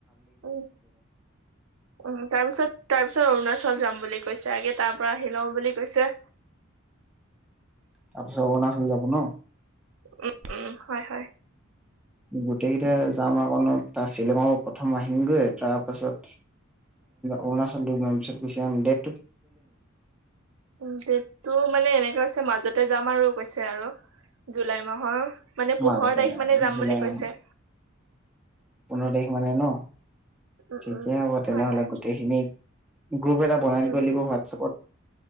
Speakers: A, on the right (about 80°); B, in the centre.
A: উ উ তাৰপিছত তাৰ পিছত অৰুণাচল যাম বুলি কৈছে আগে তাৰ পৰা আহি লও বুলি কৈছে।
B: তাৰপিছত অৰুণাচল যাব ন?
A: উম উম হয় হয়।
B: গোটেইকেইটা যাম আকো তাৰ শ্বিলঙৰ প্ৰথম আহিমগে তাৰপাছত অৰুণাচলটো <unintelligible> পিছত গুচি জাম দে।
A: উ দেতটো মানে এনেকো আছে মাজত ততে যাম আৰু কৈছে আৰু জুলাই মাহৰ মানে
B: মাজতে
A: পোন্ধৰ তাৰিখ মানে যাম
B: জুলাই
A: বুলি কৈছে।
B: মাহ পোন্ধৰ তাৰিখ মানে ন।
A: উম
B: থিকে
A: উম
B: হ'ব তেনেহ'লে
A: হয় হয়
B: গোটেইখিনি গ্ৰুপ এটা বনাই
A: উম
B: দিব লাগিব হোৱাটছেপত